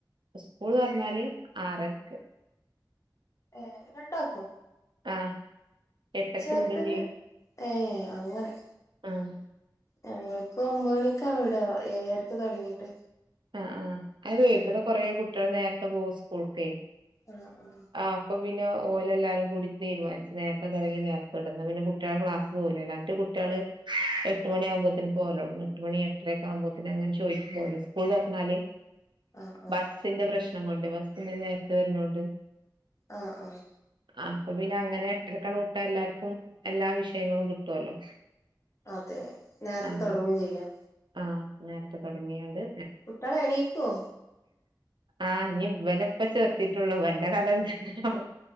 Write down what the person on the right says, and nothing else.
സ്കൂൾ തൊറഞ്ഞാല് ആറരക്ക്
ആഹ് എട്ടരക്ക്
വിടും ചെയ്യും
ആഹ്
ആഹ് അഹ് അതെ ഇവിടെ കൊറെ കുട്ടികൾ നേരത്തെ പോകും സ്കൂൾക്കെ
ആഹ് അപ്പ പിന്നെ ഓല് എല്ലാരും കൂടി തീരുമാനിച്ച് നേരത്തെ തുടങ്ങി നേരത്തെ വിടാന്ന്, പിന്നെ കുട്ടികളെ ക്ലാസ് പോവൂലല്ലോ മറ്റേ കുട്ടികള് എട്ട്
മണിയാമ്പോത്തന് പോകാല്ലോവിടന്ന്, എട്ട് മണി എട്ടര ഒക്കെ ആകുമ്പോത്തിന് അങ്ങനെ ചോയിക്കുവല്ലോ സ്കൂൾ തുറന്നാല്
ബസിന്റെ പ്രശ്നം കൊണ്ട് ബസ്സ് പിന്നെ നേരത്തെ വരുന്നോണ്ട്
ആഹ് അപ്പൊ പിന്നെ അങ്ങനെ എട്ടരക്കങ്ങ് വിട്ടാൽ എല്ലാർക്കും എല്ലാ വിഷയങ്ങളും കിട്ടുവല്ലോ
ആഹ്
ആഹ് നേരത്തെ തുടങ്ങിയോണ്ട്
ആഹ് ഇനി ഇവനെ ഇപ്പ ചേർത്തിട്ടുള്ളൂ ഇവന്റെ കഥ എന്താന്ന്